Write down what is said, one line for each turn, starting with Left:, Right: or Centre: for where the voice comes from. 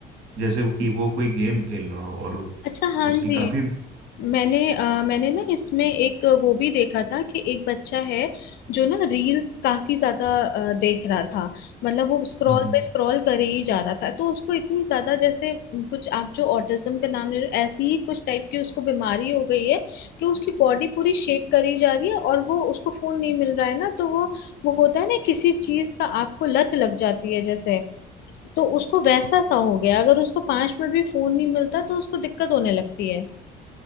Right: जैसे कि वो कोई गेम खेल रहा हो और
Left: अच्छा हाँ
Right: उसकी
Left: जी
Right: काफी हम्म,
Left: मैंने अ, मैंने ना इसमें एक वो भी देखा था कि एक बच्चा है जो ना रील्स काफी ज्यादा अ, देख रहा था मतलब वो स्क्रॉल
Right: हम्म,
Left: पे स्क्रॉल करे ही जा रहा था तो उसको इतनी ज्यादा जैसे कुछ आप जो ऑटिज्म का नाम ले रहे हो ऐसी ही कुछ टाइप की उसको बीमारी हो गई है कि उसकी बॉडी पूरी शेक करी जा रही है और वो उसको फोन नहीं मिल रहा है ना तो वो वो होता है ना किसी चीज का आपको लत लग जाती है जैसे तो उसको वैसा सा हो गया अगर उसको पांच मिनट भी फोन नहीं मिलता तो उसको दिक्कत होने लगती है